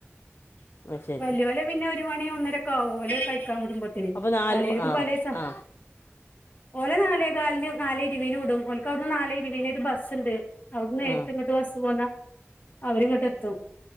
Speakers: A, on the left; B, on the left.
A: ആ ശരി
B: വല്ല്യോലെ പിന്നെ ഒരു മണി ഒന്നരൊക്കെ ആവും ഓലെ കഴി ക്കാൻ വിടുമ്പത്തിന്
A: അപ്പോൾ നാല്
B: പലേര്ക്കും
A: മ- ആ
B: പലേസം
A: ആ
B: ഓലെ നാലേ കാലിന് നാലേ ഇരുവീന് വിടും ഓൽക്കവിടുന്ന് നാലേ ഇരുവീനൊരു ബസ് ഇണ്ട്. അവിടുന്ന് നേരിട്ട്
A: ആ
B: ഇങ്ങട്ട് ബസ് പോന്നാ അവരിങ്ങട്ട് എത്തും.